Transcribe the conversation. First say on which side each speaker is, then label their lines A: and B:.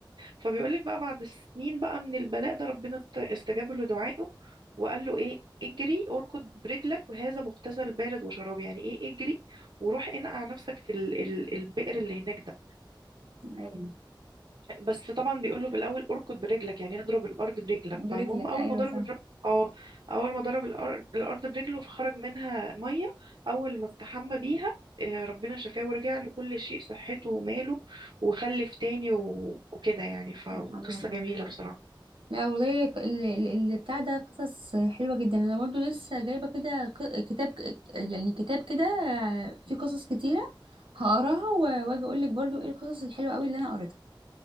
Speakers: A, on the right (about 65°); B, on the right (about 85°).
A: فبيقولك بقى بعد سنين بقى من البلاء ده ربنا است- استجاب له دعائه وقال له ايه اجري اركض برجلك وهذا مغتسل بارد وشراب يعني ايه اجري وروح انقع نفسك في ال... ال... البئر اللي هناك ده
B: أيوة
A: بس طبعا بيقوله في الاول اركض برجلك يعني اضرب الارض برجلك
B: برجلك
A: فالمهم اول
B: أيوة
A: ما ضرب
B: صح
A: الر- اه اول ما ضرب الأر- الارض برجله فخرج منها ميه اول ما استحمى بيها آه، ربنا شفاه ورجع له كل شيء صحته وماله وخلف تاني و- وكده يعني فقصة
B: سبحان الله
A: جميلة بصراحة
B: لا والله ك- ال- ال- اللي بتاع ده قصص حلوة جدا أنا برضو لسه جايبة كده ك- كتاب ك- يعني كتاب كده فيه قصص كتيرة هقراها و- وأجي أقولك برضو إيه القصص الحلوة أوي اللي أنا قريتها